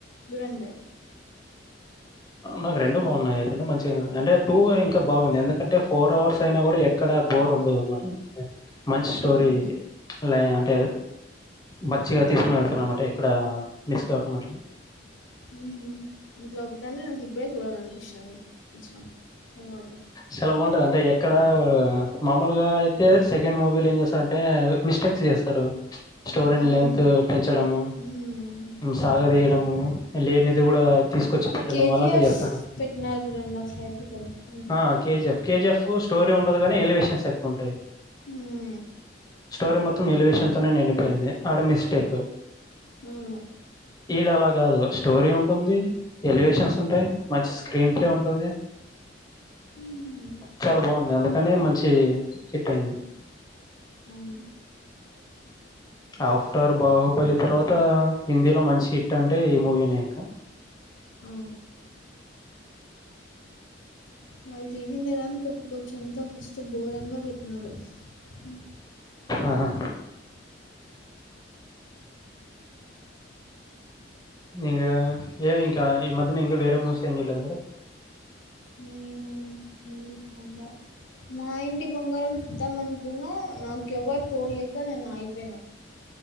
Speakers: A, on the left; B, on the left.
A: దురంధర్
B: నాకు రెండు బాగున్నాయి రెండు మంచిగా అంటే టూ ఇంకా బాగుంది ఎందుకంటే ఫోర్ అవర్స్ అయినా కూడా ఎక్కడ బోర్ ఉండదు అన్నమాట మంచి స్టోరీ
A: ఆహా!
B: అ అంటే మచ్చిగా తీసుకుని వెళ్తారు అనమాట ఎక్కడ మిస్ కాకుండా అట్లా.
A: ఉహు ఇట్లా చెప్తుంటే నాకు ఇప్పుడే చూడాలి అనిపిస్తుంది తెలుసా తర్వాత
B: చాలా బాగుంటది అంటే ఎక్కడ మామూలుగా అయితే సెకండ్ మూవీలు ఏం చేస్తారంటే మిస్ స్టేక్స్ చేస్తారు స్టోరని
A: అవును.
B: లెంత్ పెంచడము
A: హ్మ్.
B: సాగదీయడము లేనిది కూడా తీసుకొచ్చి పెట్టడం
A: కే
B: అలాంటివి
A: జీ ఎఫ్
B: చేస్తారు
A: పెట్న జుడండి ఒకసారి అయిపోతాదేమో
B: ఆ కేజిఎఫ్ కేజిఎఫ్ స్టోరీ ఉండదు కాని ఎలివేషన్స్ ఎక్కువ ఉంటాయి
A: ఉం
B: స్టోరీ మొత్తం ఎలివేషన్ తోనే నిండిపోయింది ఆడ మిస్టేక్
A: ఉం
B: ఈడ అలా కాదు స్టోరీ ఉంటుంది ఎలివేషన్స్ ఉంటాయి మంచి స్క్రీన్ ప్లే ఉంటుంది
A: హ్మ్.
B: చాలా బాగుంది అందుకనే మంచి హిట్ అయింది
A: అవును
B: ఆఫ్టర్ బాహుబలి తర్వాత హిందీలో మంచి హిట్ అంటే ఈ మూవీనే ఇంక
A: ఆ వాళ్ళు తీసిందే దానికే వచ్చి అంతా ఫస్ట్ ఘోరంగా పెట్టినారు ఉం
B: ఆహా ఇంగా ఏ ఇంకా ఈ మధ్యన ఇంకా వేరే మూవీస్ ఏమ్ చుడలేదా మీరు
A: నేను ఏమ్ చూసి నాబ్బ మా ఇంటి బంగారం చుద్దాం అనుకున్నా నాకెవరు తోడ్లేక నేను అగిపోయిన